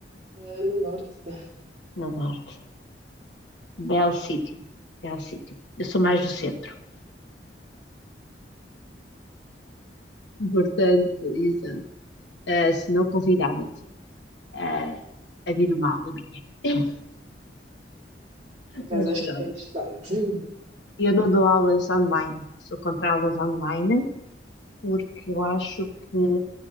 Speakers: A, on the right; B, on the left.
A: Eh, no norte, <laughs>
B: No norte. Belo sítio. Belo sítio. Eu sou mais do centro. Portanto, exato. Eh, se não convidava-te eh, a vir uma aula minha. <laughs>
A: por acaso
B: Mas
A: acho
B: pronto.
A: que é interessante. Sim.
B: Eu não dou aulas online. Sou contra aulas online porque eu acho que